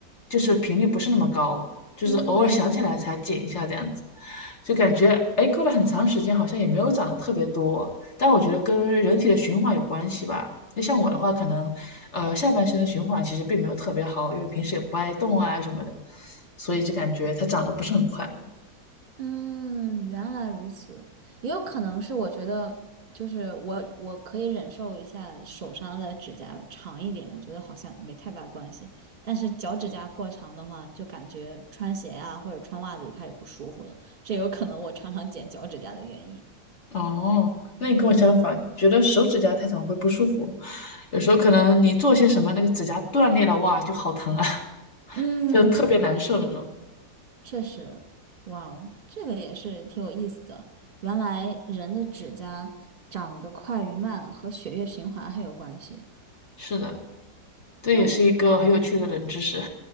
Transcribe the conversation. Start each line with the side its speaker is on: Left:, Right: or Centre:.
Left: 就是频率不是那么高，就是偶尔想起来才剪一下这样子，
Right: 嗯
Left: 就感觉哎过了很长时间好像也没有长得特别多，但我觉得跟人体的循环有关系吧。那像我的话，可能呃下半身的循环其实并没有特别好，因为平时也不爱动啊什么的，所以就感觉它长得不是很快。
Right: 嗯，原来如此，也有可能是我觉得，就是我我可以忍受一下手上的指甲长一点，我觉得好像没太大关系。但是脚趾甲过长的话，就感觉穿鞋啊或者穿袜子就开始不舒服了，这有可能我常常剪脚趾甲的原因。
Left: 哦，那你跟我相反，
Right: 嗯。
Left: 觉得手指甲太长会不舒服，有时候可能你做些什么，那个指甲断裂了，哇，就好疼啊，<laughs>
Right: 嗯。
Left: 就特别难受那种。
Right: 确实，哇哦，这个也是挺有意思的。原来人的指甲长得快与慢和血液循环还有关系。
Left: 是的，这也是一个很有趣的冷知识。
Right: 就